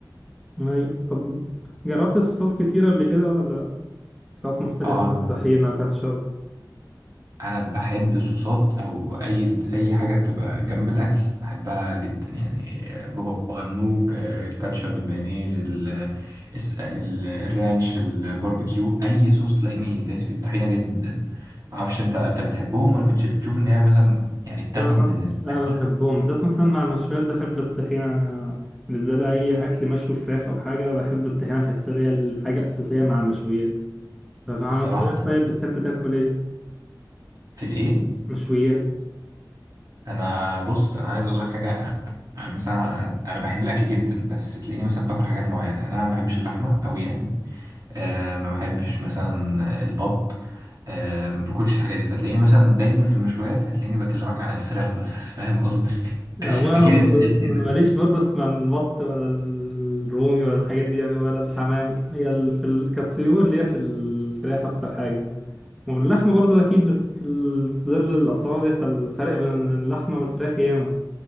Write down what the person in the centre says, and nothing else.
أيوة طب جربت صوصات كتيرة قبل كده ولا لأ؟ صوصات مختلفة
طحينة كاتشب
لا أنا
لا بحبهم بالذات مثلا مع المشويات بحب الطحينة أنا بالنسبة لي أي أكل مشوي فراخ أو حاجة بحب الطحينة بحسها هي الحاجة الأساسية مع المشويات فمع
المشويات طيب بتحب تاكل إيه؟
مشويات
آه، وأنا
برضه
أنا
ماليش برضه في من البط ولا الرومي ولا الحاجات دي يعني ولا الحمام هي ال- في ال- كالطيور اللي هي في الفراخ أكتر حاجة واللحمة برضه أكيد بس في الظل الأسعار دي فالفرق بين اللحمة والفراخ ياما